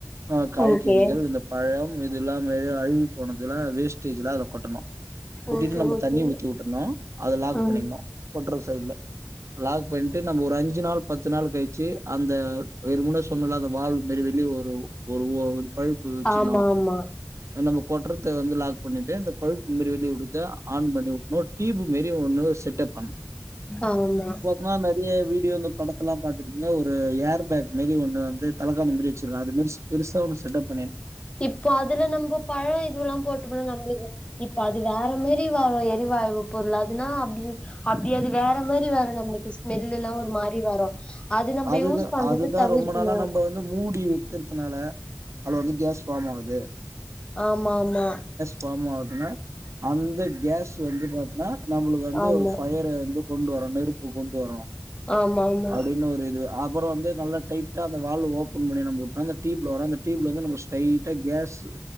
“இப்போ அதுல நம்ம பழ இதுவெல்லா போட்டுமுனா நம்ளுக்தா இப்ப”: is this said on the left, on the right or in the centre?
Left